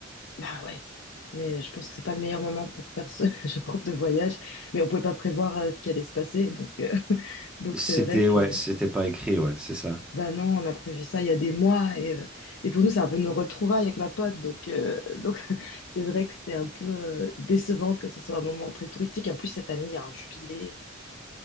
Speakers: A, on the left; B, in the centre.
A: Bah ouais, mais euh, je pense que c'est pas le meilleur moment pour faire ce <laughs> genre de voyage. Mais on pouvait pas prévoir euh, ce qui allait se passer, donc euh, <laughs> donc
B: C'était,
A: c'est vrai
B: ouais,
A: que
B: c'était pas écrit, ouais, c'est ça.
A: bah non, on a prévu ça il y a des mois et euh, et pour nous c'est un peu nos retrouvailles avec ma pote, donc euh, donc <laughs> c'est vrai que c'était un peu euh, décevant que ce soit un moment très touristique. Et en plus cette année il y a un jubilé,